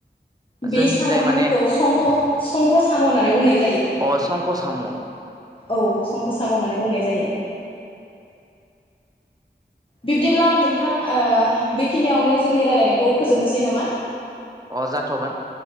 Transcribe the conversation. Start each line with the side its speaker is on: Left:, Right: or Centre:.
Left: बे
Right: जोंनि
Left: सामनि
Right: जाय माने
Left: मुंखौ संख संख साम होननानै बुंनाय जायो।
Right: अ संख' साम'
Left: औ। संख साम होननानै बुंनाय जायो। बिब्दिब्ला नोंथां ओ बेखिनियावनो जोंनि रायलायनायखौ फोजोबनोसै नामा?
Right: अ जाथगोन।